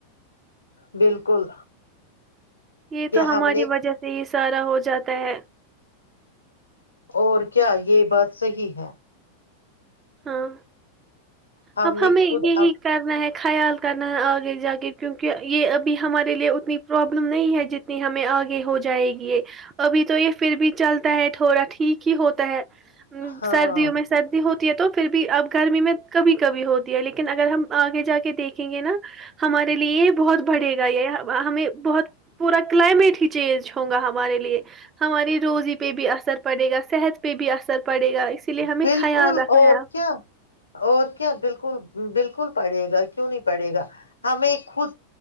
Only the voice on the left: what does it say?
بالکل
ہم نے
اور کیا یہ بات صحیح ہے
ہم
نے
خود اب
ہاں
بالکل
اور
کیا اور کیا بالکل بالکل پڑے گا کیوں نہیں پڑے گا ہمیں خود